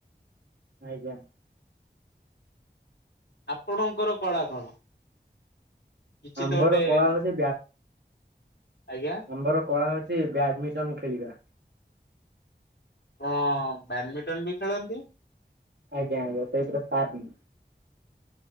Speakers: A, on the right (about 75°); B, on the left (about 75°).
A: ଆଜ୍ଞା।
B: ଆପଣଙ୍କର କଳା କଣ? କିଛି
A: ଆମ୍ଭର
B: ତ ଗୋଟେ
A: କଳା ହଉଛି
B: ଆଜ୍ଞା
A: ଆମ୍ବର କଳା ହଉଛି ବ୍ୟାଡମିଣ୍ଟନ ଖେଳିବା।
B: ଆପଣ ବ୍ୟାଡ଼ମିଣ୍ଟନ ବି ଖେଳନ୍ତି।
A: ଆଜ୍ଞା ଆଜ୍ଞା ସେଇଥିରେ ସାରିଲି।